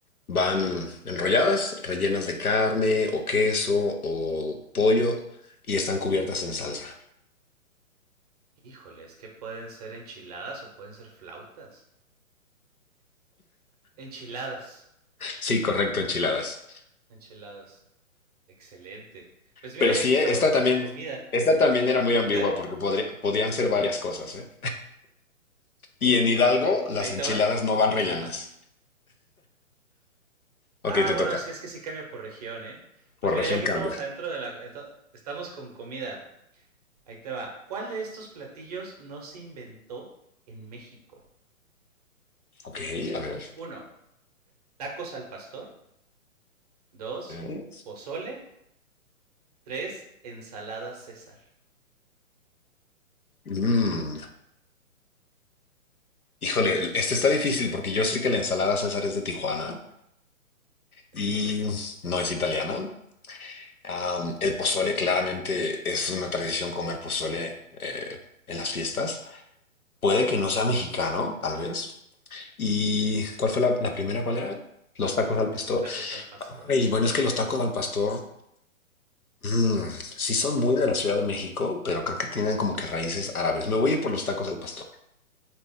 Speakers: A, on the left (about 85°); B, on the right (about 30°).
A: van enrolladas, rellenas de carne o queso o pollo y están cubiertas en salsa.
B: Híjole, es que pueden ser enchiladas o pueden ser flautas. Enchiladas,
A: Sí, correcto, enchiladas.
B: enchiladas. Excelente. Pues mira,
A: Pero
B: ya
A: sí,
B: que estamos
A: eh, esta
B: con
A: también,
B: comida,
A: esta también era muy ambigua
B: ¿dónde?
A: porque podría- podían ser varias cosas, ¿eh? Y en Hidalgo
B: Ahí,
A: las
B: ahí
A: enchiladas
B: te va.
A: no van rellenas.
B: Ajá.
A: Ok,
B: Ah,
A: te
B: bueno,
A: toca.
B: sí es que sí cambia por región, ¿eh? Pues
A: Por
B: mira,
A: región
B: ya que
A: cambia.
B: estamos adentro de la... esta- Estamos con comida. Ahí te va. ¿Cuál de estos platillos no se inventó en México?
A: Ok, a ver.
B: Uno, tacos al pastor. Dos,
A: Eh,
B: pozole. Tres, ensalada César.
A: Mm, Híjole, este está difícil porque yo sé que la ensalada César es de Tijuana, y
B: ¿Es correcto?
A: no es italiana. Am, el pozole claramente es una tradición comer pozole eh, en las fiestas. Puede que no sea mexicano, tal vez. ¿Y cuál fue la, la primera? ¿Cuál era? Los tacos al pastor.
B: Tacos al pastor.
A: Ay, bueno, es que los tacos al pastor mm, sí son muy de la Ciudad de México, pero creo que tienen como que raíces árabes. Me voy a ir por los tacos al pastor.